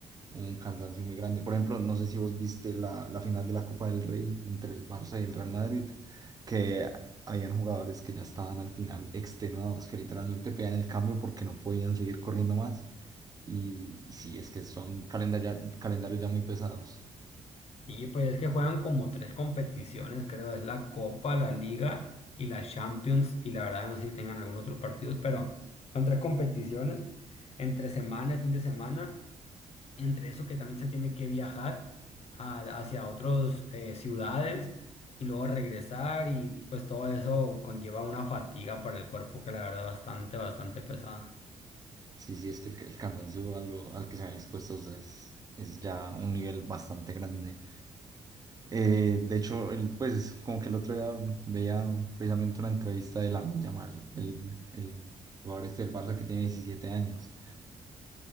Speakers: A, on the right; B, on the left.
A: un cansancio muy grande. Por ejemplo, no sé si vos viste la, la final de la Copa del Rey entre el Barça y el Real Madrid, que habían jugadores que ya estaban al final extenuados, que literalmente pedían el cambio porque no podían seguir corriendo más. Y, y sí, es que son calendaria- calendarios ya muy pesados.
B: Y pues es que juegan como tres competiciones, creo, es la Copa, la Liga y la Champions, y la verdad no sé si tengan algún otro partido, pero son tres competiciones entre semana y fin de semana. entre eso que también se tiene que viajar a- hacia otras ciudades y luego regresar y pues todo eso conlleva una fatiga para el cuerpo que la verdad es bastante, bastante pesada.
A: Sí, sí, es que el, el cansancio a lo- al que se ven expuestos es, es ya un nivel bastante grande. Eh, de hecho, el, pues como que el otro día veía precisamente una entrevista de Lamine Yamal, el, el jugador este del Barça que tiene 17 años,